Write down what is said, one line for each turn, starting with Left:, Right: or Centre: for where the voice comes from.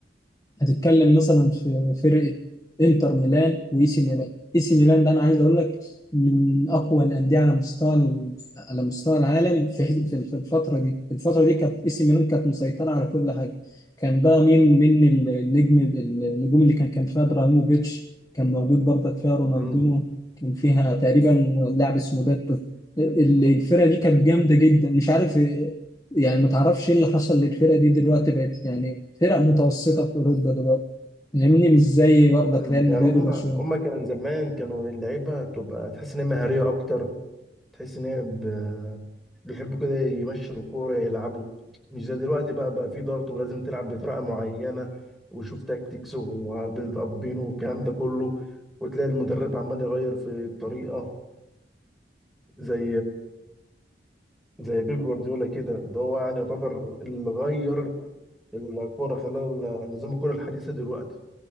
Left: هتتكلم مثلا في فرقة انتر ميلان واي سي ميلان اي سي ميلان ده انا عايز اقول لك من اقوى الانديه على مستوى ال- على مستوى العالم في في في الفتره دي الفتره دي كانت اي سي ميلان كانت مسيطره على كل حاجه كان بقى مين من النجم النجوم اللي كان كان فيها ابراهيموفيتش كان موجود برضك فيها رونالدينو
Centre: مم.
Left: كان فيها تقريبا لاعب اسمه باتو ال- الفرقه دي كانت جامده جدا مش عارف يعني ما تعرفش ايه اللي حصل للفرقة دي دلوقتي بقت يعني فرق متوسطة في أوروبا دلوقتي فاهمني مش زي برضك
Centre: مم.
Left: ريال
Centre: يعني
Left: مدريد
Centre: هم
Left: وبرشلونة
Centre: هم كان زمان كانوا اللعيبة تبقى تحس إن هي مهارية أكتر تحس إن هي ب... بيحبوا كده يمشوا الكورة يلعبوا مش زي دلوقتي بقى بقى في ضغط ولازم تلعب بطريقة معينة وشوف تاكتكس وبيلد أبين والكلام ده كله وتلاقي المدرب عمال يغير في الطريقة زي زي بيب جوارديولا كده ده هو يعني يعتبر اللي غير الكورة خلال ال- نظام الكورة الحديثة دلوقتي